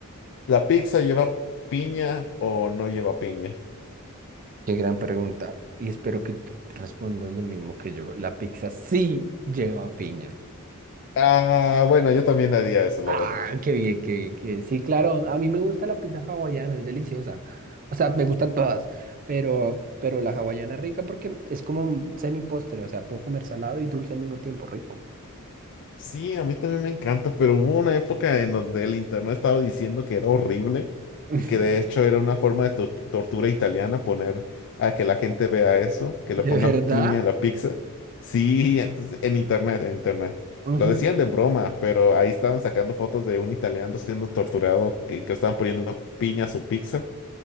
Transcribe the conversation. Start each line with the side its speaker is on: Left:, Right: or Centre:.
Left: ¿la pizza lleva piña o no lleva piña?
Right: qué gran pregunta. Y espero que t- respondas lo mismo que yo. La pizza sí lleva piña.
Left: Ah, bueno, yo también haría eso, la
Right: Ah,
Left: verdad.
Right: qué bien, qué bien, qué bien. Sí, claro, a mí me gusta la pizza hawaiana, es deliciosa. O sea, me gustan todas, pero, pero la hawaiana es rica porque es como un semi postre, o sea, puedo comer salado y dulce al mismo tiempo, rico.
Left: Sí, a mí también me encanta, pero hubo una época en donde el internet estaba diciendo que era horrible
Right: <laughs>
Left: y que de hecho era una forma de to- tortura italiana poner a que la gente vea eso, que
Right: ¿De
Left: le pongan
Right: verdad?
Left: piña a la pizza. Sí, entonces en internet, en internet.
Right: Ujú.
Left: Lo decían de broma, pero ahí estaban sacando fotos de un italiano siendo torturado que, que estaban poniendo piña a su pizza.